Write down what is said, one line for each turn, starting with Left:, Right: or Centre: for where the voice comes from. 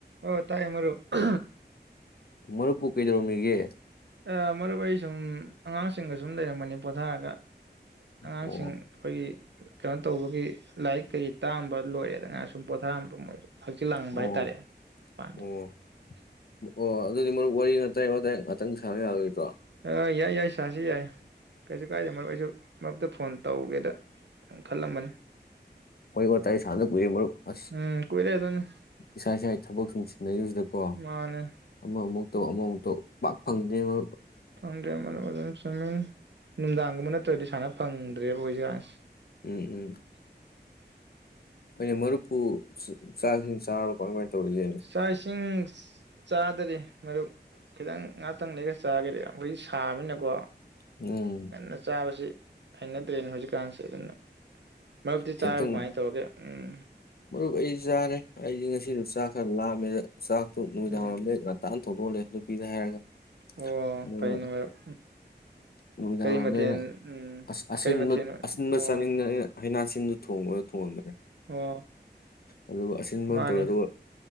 Right: ꯑꯣ ꯇꯥꯏ ꯃꯔꯄ
Left: ꯃꯔꯨꯞꯄꯨ ꯀꯩꯗ꯭ꯔꯣꯃꯤꯒꯦ
Right: ꯑꯥ ꯃꯔꯨꯞ ꯑꯩ ꯁꯨꯝ ꯑꯉꯥꯡꯁꯤꯡꯒ ꯁꯨꯝ ꯂꯩꯔꯝꯕꯅꯤ ꯄꯣꯊꯥꯔꯒ ꯑꯉꯥꯡꯁꯤꯡ
Left: ꯑꯣ
Right: ꯑꯩꯈꯣꯏꯒꯤ ꯀꯩꯅꯣ ꯇꯧꯕꯒꯤ ꯂꯥꯏꯔꯤꯛ ꯀꯩ ꯇꯥꯛꯑꯝꯕ ꯂꯣꯏꯔꯦ ꯑꯗꯨꯗ ꯉꯥꯏꯅ ꯁꯨꯝ ꯄꯣꯊꯥꯔꯝꯕ ꯃꯣꯏꯗꯣ ꯍꯛꯆꯤꯠ ꯂꯥꯡꯕ
Left: ꯑꯣ
Right: ꯍꯥꯏꯇꯥꯔꯦ ꯃꯄꯥꯟꯗ
Left: ꯑꯣ ꯑꯣ ꯑꯗꯨꯗꯤ ꯃꯔꯨꯞ ꯋꯥꯔꯤ ꯋꯥꯇꯥꯏ ꯋꯥꯇꯥꯏ ꯉꯥꯛꯇꯪ ꯁꯥꯡꯅ ꯌꯥꯔꯣꯏꯗ꯭ꯔꯣ
Right: ꯑꯥ ꯌꯥꯏ ꯌꯥꯏ ꯁꯥꯁꯤ ꯌꯥꯏ ꯀꯩꯁꯨ ꯀꯥꯏꯗꯦ ꯃꯔꯨꯞ ꯑꯩꯁꯨ ꯃꯔꯛꯇ ꯐꯣꯟ ꯇꯧꯒꯦꯗ ꯈꯜꯂꯝꯕꯅꯤ
Left: ꯋꯥꯔꯤ ꯋꯥꯇꯥꯏ ꯁꯥꯅꯗ ꯀꯏꯔꯦ ꯃꯔꯨꯞ ꯑꯁ
Right: ꯎꯝ ꯀꯨꯏꯔꯦ ꯑꯗꯨꯅꯤ
Left: ꯏꯁꯥ ꯏꯁꯥꯒꯤ ꯊꯕꯛ ꯁꯨꯝ ꯁꯤꯗꯩꯩ ꯁꯤꯗꯀꯣ
Right: ꯃꯥꯅꯦ
Left: ꯑꯃ ꯑꯃꯨꯛ ꯇꯧ ꯑꯃꯃꯨꯛ ꯑꯣ ꯄꯥꯛ ꯐꯪꯗꯔꯦ ꯉꯣ
Right: ꯈꯪꯗꯔꯦ ꯃꯔꯨꯞ ꯑꯗꯨꯅꯤ ꯆꯨꯨꯝꯃꯤꯅꯦ ꯅꯨꯡꯗꯥꯡꯒꯨꯝꯕꯅ ꯇꯣꯏꯂꯦꯠ ꯁꯥꯟꯅ ꯐꯪꯗ꯭ꯔꯦꯕ ꯍꯣꯖꯤꯀꯟꯁꯤ
Left: ꯎꯝ ꯎꯝ ꯍꯣꯏꯅꯦ ꯃꯔꯨꯞꯄꯨ ꯆꯥꯛ <unintelligible> ꯆꯥꯔꯕ ꯀꯥꯃꯥꯏ ꯀꯃꯥꯏ ꯇꯧꯔꯤꯒꯦ
Right: ꯆꯥꯛ ꯏꯁꯤꯡ ꯆꯥ ꯗꯔꯤ ꯃꯔꯨꯞ ꯈꯤꯇꯪ ꯉꯥꯛꯇꯪ ꯂꯩꯒ ꯆꯥꯒꯦꯗ ꯍꯧꯖꯤꯛ ꯁꯥꯕꯅꯤꯅꯀꯣ
Left: ꯎꯝ
Right: ꯉꯥꯟ ꯆꯥꯕꯁꯤ ꯑꯩꯅꯗꯔꯦꯅꯦ ꯍꯧꯖꯤꯛꯀꯥꯟꯁꯤ ꯑꯗꯨꯅ ꯃꯔꯨꯞꯇꯤ
Left: ꯊꯦꯡꯊꯪ
Right: ꯆꯥꯔꯕ ꯀꯃꯥꯏꯅ ꯇꯧꯔꯒꯦ ꯎꯝ
Left: ꯃꯔꯨꯞ ꯑꯩ ꯆꯥꯔꯦ ꯑꯩꯗꯤ ꯉꯁꯤꯗꯨ ꯆꯥꯛ ꯈꯔ ꯂꯥꯝꯃꯦꯗ ꯆꯛꯇꯨ ꯅꯨꯃꯤꯗꯥꯪ
Right: ꯎꯝ
Left: ꯋꯥꯏꯔꯝꯗꯩꯩ ꯅꯍꯥꯟꯇꯟ <unintelligible> ꯅꯨꯄꯤꯅꯤ ꯍꯥꯏꯔꯒ
Right: ꯑꯣ
Left: ꯑꯗꯨꯒ
Right: ꯄꯩꯅꯦ ꯃꯔꯨꯞ
Left: ꯅꯨꯃꯤꯗꯥꯡ
Right: ꯀꯔꯤ
Left: ꯋꯥꯏꯔꯝꯗ
Right: ꯃꯊꯦꯜ
Left: ꯑꯩꯅ
Right: ꯎꯝ
Left: ꯑꯁꯤꯕ
Right: ꯀꯔꯤ ꯃꯊꯦꯜ ꯑꯣ
Left: ꯑꯁꯤꯟꯕ ꯆꯥꯅꯤꯡꯗꯅ ꯑꯩꯅ ꯍꯩꯅꯥꯁꯤꯟꯗꯨ ꯊꯣꯡ ꯉꯣꯗ ꯊꯣꯡꯍꯅꯕꯅꯦ
Right: ꯑꯣ
Left: ꯑꯗꯨꯒ ꯑꯁꯤꯟꯕ
Right: ꯃꯥꯅꯦ
Left: ꯑꯃ ꯇꯧꯔꯦ ꯑꯗꯨꯒ